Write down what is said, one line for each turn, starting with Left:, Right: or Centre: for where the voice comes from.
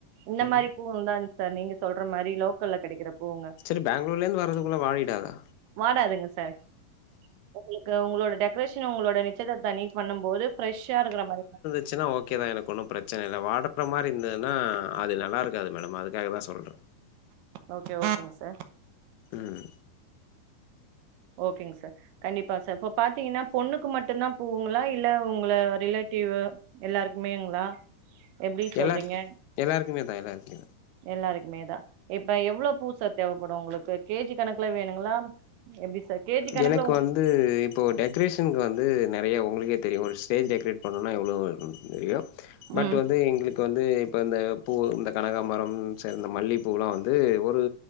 Right: இந்த மாரி
Left: ம்
Right: பூவுங்கதாங்க சார் நீங்க சொல்ற மாரி லோக்கல்ல கொடைக்குற பூவுங்க
Left: செரி பேங்களூர்லருந்து வர்றதுக்குள்ள வாடிடாதா
Right: வாடாதுங்க சார் உங்களுக்கு உங்களோட டெக்ரேஷன் உங்களோட நிச்சயதார்த்த அன்னிக்கு பண்ணும் போது ஃப்ரெஷ்ஷா இருக்குற மாரிதா
Left: ச்சின்னா ஓகே தா எனக்கு ஒன்னு பிரச்சனை இல்ல வாடுற மாரி இருந்ததுன்னா அது நல்லா இருக்காது மேடம் அதுக்காக தா சொல்றே
Right: ஓகே ஓகேங்க சார்
Left: ம்
Right: ஓகேங்க சார் கண்டிப்பா சார் இப்ப பாத்தீங்கன்னா பொண்ணுக்கு மட்டுந்தா பூவுங்களா இல்ல உங்கள ரிலேட்டிவு எல்லாருக்குமேங்களா எப்டி சொல்றீங்க
Left: எல்லாருக் எல்லாருக்குமே தா எல்லாருக்குமே
Right: எல்லாருக்குமே தா இப்ப எவ்ளவு பூ சார் தேவப்படு உங்களுக்கு கேஜி கணக்குல வேணுங்களா எப்டி சார் கேஜி கணக்குல
Left: எனக்கு
Right: உ
Left: வந்து இப்போ டெக்ரேஷ்னக்கு வந்து நெறையா உங்களுக்கே தெரியு ஒரு ஸ்டேஜ் டெக்ரேட் பண்ணணுன்னா எவ்ளோ வேணுன்னு தெரியு பட்
Right: ம்
Left: வந்து எங்களுக் கு வந்து இப்ப இந்த பூ இந்த கனகாம்பரம் சேர்ந்த மல்லிப்பூலா வந்து ஒரு